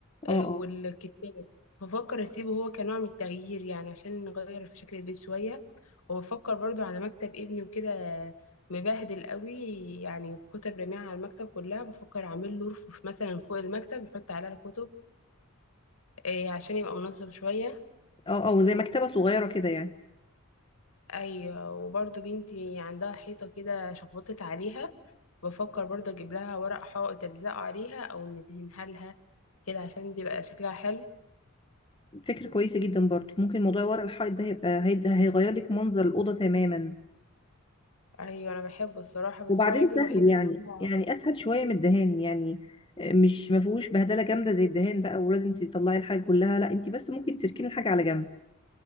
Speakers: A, on the left; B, on the left.
A: آه،
B: اه اه
A: والكتاب ففكر اسيبه هو كنوع من التغيير يعني عشان نغير في شكل البيت شويه وبفكر برضو على مكتب ابني وكده مبهدل قوي يعني كتب رميعة على المكتب كلها بفكر اعمل له رف مثلا فوق المكتب يحط عليها الكتب آه، عشان يبقى منظم شويه
B: اه اه زي مكتبه صغيره كده يعني
A: ايوه وبرضو بنتي عندها حيطه كده شخبطت عليها بفكر برضو اجيب لها ورق حائط الزقه عليها او ندهنها لها كده عشان تبقى شكلها حلو
B: فكره كويسه جدا برضو ممكن موضوع ورق الحائط ده هيبقى هيد- هيغير لك منظر الاوضه تماما
A: ايوه انا بحبه الصراحه بس
B: وبعدين
A: هو عيبه
B: سهل
A: الوحيد ان
B: يعني
A: هو
B: يعني اسهل شويه من الدهان يعني آه، مش ما فيهوش بهدله جامده زي الدهان بقى ولازم تطلعي الحاجه كلها لا انت بس ممكن تركني الحاجه على جنب